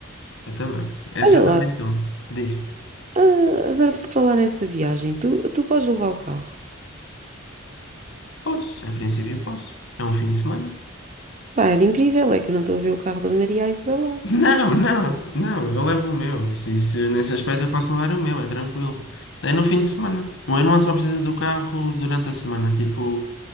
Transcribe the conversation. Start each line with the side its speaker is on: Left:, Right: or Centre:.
Left: Eu também. Essa
Right: Olha
Left: também
Right: lá,
Left: estou. Diz.
Right: ah, agora por falar nessa viagem, tu, tu podes levar o carro.
Left: Posso, em princípio posso. É um fim de semana.
Right: Pá, era incrível, é que eu não estou a ver o carro da Maria a ir para lá.
Left: <laughs> Não, não, não. Eu levo o meu. Isso, isso, nesse aspecto eu posso levar o meu, é tranquilo. É no fim de semana. O meu irmão só precisa do carro durante a semana, tipo